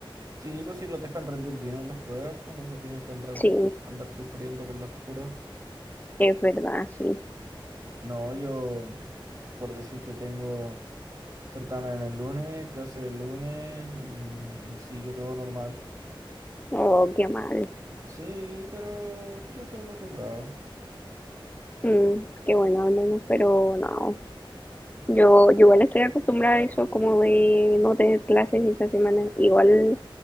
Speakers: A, on the right; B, on the left.
A: Sí, pues si los dejan rendir bien en las pruebas, pues no se tienen que andar,
B: Sí,
A: andar sufriendo por las puras.
B: es verdad, sí.
A: No, yo, por decirte, tengo certamen el lunes, clase el lunes y, y sigue todo normal.
B: Oh, qué mal.
A: Sí, pero ya estoy acostumbrado.
B: Mm, qué bueno al menos, pero no. Yo, yo igual estoy acostumbrada a eso, como de no tener clases esa semana. Igual